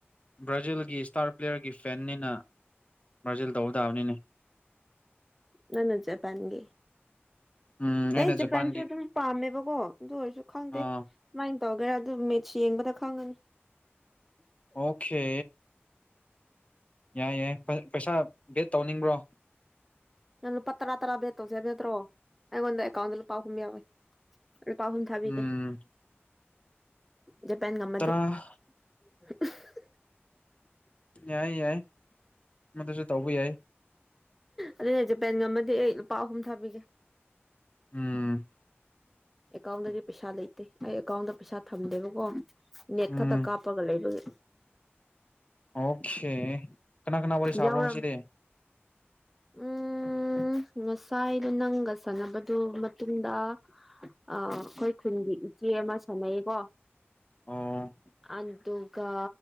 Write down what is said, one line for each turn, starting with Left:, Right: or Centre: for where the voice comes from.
Left: ꯕ꯭ꯔꯥꯖꯤꯜꯒꯤ ꯏꯁꯇꯥꯔ ꯄ꯭ꯂꯦꯌꯔꯒꯤ ꯐꯦꯟꯅꯤꯅ ꯕ꯭ꯔꯥꯖꯤꯜ ꯇꯧꯕ ꯇꯥꯕꯅꯤꯅꯦ
Centre: ꯅꯪꯅꯥ ꯖꯄꯥꯟꯒꯤ
Left: ꯎꯝ ꯑꯩꯅ
Centre: ꯑꯩ ꯖꯄꯥꯟꯁꯨ
Left: ꯖꯄꯥꯟꯒꯤ
Centre: ꯑꯗꯨꯝ ꯄꯥꯝꯃꯦꯕꯀꯣ ꯑꯗꯨ ꯑꯣꯏꯔꯁꯨ ꯈꯪꯗꯦ
Left: ꯑꯥ
Centre: ꯃꯥꯏ ꯇꯧꯒꯦꯔꯥ ꯑꯗꯨ ꯃꯦꯠꯁ ꯌꯦꯡꯕꯗ ꯈꯪꯉꯅꯤ
Left: ꯑꯣꯈꯦ ꯌꯥꯏ ꯌꯥꯏ ꯄꯩ ꯄꯩꯁꯥ ꯕꯦꯠ ꯇꯧꯅꯤꯡꯕ꯭ꯔꯣ
Centre: ꯅꯪꯅ ꯄ ꯇꯔꯥ ꯇꯔꯥꯕꯦꯠꯇꯧꯁꯦꯕ ꯅꯠꯇ꯭ꯔꯣ ꯑꯩꯉꯣꯟꯗ ꯑꯦꯀꯥꯎꯟꯗ ꯂ ꯄꯥꯎꯈꯨꯝ ꯌꯥꯎꯋꯦ ꯂꯨꯄꯥ ꯑꯍꯨꯝ ꯊꯥꯕꯤꯒꯦ
Left: ꯎꯝ
Centre: ꯖꯄꯥꯟꯒꯝꯃꯗꯤ
Left: ꯇꯔꯥ
Centre: <unintelligible>
Left: ꯌꯥꯏ ꯌꯥꯏ ꯃꯗꯨꯁꯨ ꯇꯧꯕ ꯌꯥꯏ
Centre: ꯑꯗꯨꯅꯦꯁꯦꯄꯦꯟꯒꯝꯃꯗꯤ ꯑꯩ ꯂꯨꯄꯥ ꯑꯍꯨꯝ ꯊꯥꯕꯤꯒꯦ
Left: ꯎꯝ
Centre: ꯑꯦꯀꯥꯎꯟꯗꯗꯤ ꯄꯩꯁꯥ ꯂꯩꯇꯦ ꯑꯩ ꯑꯦꯀꯥꯎꯟꯗ ꯄꯩꯁꯥ ꯊꯝꯗꯦꯕꯀꯣ ꯅꯦꯛꯦꯛ
Left: ꯎꯝ
Centre: ꯈꯛꯇ ꯀꯥꯞꯄꯒ ꯂꯩꯕꯒꯤ
Left: ꯑꯣꯀꯦ ꯀꯅꯥ ꯀꯅꯥ ꯋꯥꯔꯤ ꯁꯥꯕ꯭ꯔꯣ
Centre: ꯌꯥꯎꯔꯝ
Left: ꯉꯁꯤꯗꯤ
Centre: ꯎꯝ ꯉꯁꯥꯏꯗꯣ ꯅꯪꯒ ꯁꯥꯟꯅꯕꯗꯨ ꯃꯇꯨꯡꯗ ꯑ ꯑꯩꯈꯣꯏ ꯈꯨꯟꯒꯤ ꯏꯆꯦ ꯑꯃ ꯁꯥꯟꯅꯩꯀꯣ
Left: ꯑꯣ
Centre: ꯑꯗꯨ ꯑꯗꯨꯣ ꯀ